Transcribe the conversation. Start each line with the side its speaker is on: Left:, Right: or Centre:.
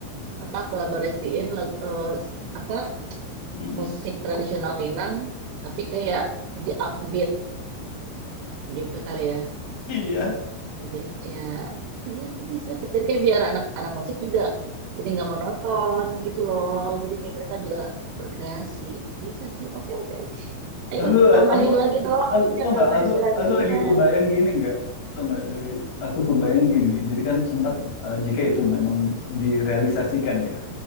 Right: apa kolaborasiin lag- eh, apa
Left: Mm-mm.
Right: musik tradisional Minang, tapi kayak di upbeat gitu kali ya.
Left: Iya.
Right: Jadi kayak iya tuh bisa. tuh. Jadi kayak biar anak-anak musik juga jadi nggak monoton gitu loh. Jadi kayak mereka juga berkreasi. Bisa sih. Oke oke oke. Ayo
Left: Aku
Right: tambahin
Left: aku
Right: lagi dong
Left: aku
Right: aku biar
Left: tau
Right: nambah
Left: nggak? Aku
Right: inspirasinya.
Left: aku lagi kebayang gini nggak? Tau nggak dari aku kebayang gini. Jadi kan sempat eh, jika itu memang direalisasikan ya.